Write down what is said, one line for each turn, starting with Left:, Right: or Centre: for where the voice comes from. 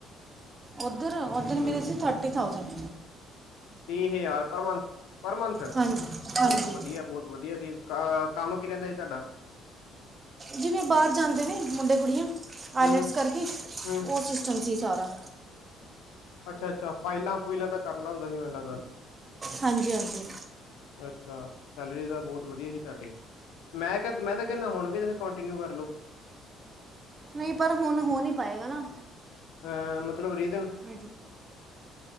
Right: ਉੱਧਰ ਉੱਧਰ
Left: ਹੂੰ
Right: ਮਿਲੇ ਸੀ ਥਰਟੀ ਥਾਊਸੈਂਡ
Left: ਤੀਹ ਹਜ਼ਾਰ ਪਰ ਮੰਥ, ਪਰ ਮੰਥ ਬਹੁਤ
Right: ਹਾਂਜੀ ਹਾਂਜੀ
Left: ਵਧੀਆ, ਬਹੁਤ ਵਧੀਆ ਸੀ ਅ ਕੰਮ ਕੀ ਰਹਿੰਦਾ ਸੀ ਤੁਹਾਡਾ
Right: ਜਿਵੇਂ ਬਾਹਰ ਜਾਂਦੇ ਨੇ ਮੁੰਡੇ ਕੁੜੀਆਂ
Left: ਹੂੰ
Right: ਆਈਲੈਟਸ ਕਰਕੇ
Left: ਹੂੰ
Right: ਉਹ ਚ ਚੰਜੀ ਸਾਰਾ
Left: ਅੱਛਾ ਅੱਛਾ ਫਾਈਲਾਂ ਫੁਈਲਾਂ ਤਾਂ ਕਰਨਾ ਹੁੰਦਾ ਸੀ ਮੈਨੂੰ ਲੱਗਦਾ
Right: ਹਾਂਜੀ- ਹਾਂਜੀ।
Left: ਅੱਛਾ, ਸੈਲਰੀ ਤਾਂ ਬਹੁਤ ਵਧੀਆ ਸੀ ਤੁਹਾਡੀ, ਮੈਂ ਕ ਮੈਂ ਤਾਂ ਕਹਿੰਦਾ ਹੁਣ ਵੀ ਕੰਟੀਨਿਊ ਕਰ ਲੋ
Right: ਨਹੀਂ ਪਰ ਹੁਣ ਹੋ ਨਹੀਂ ਪਾਏਗਾ ਨਾ
Left: ਅ ਮਤਲਬ ਰੀਜ਼ਨ
Right: ਹਾਂਜੀ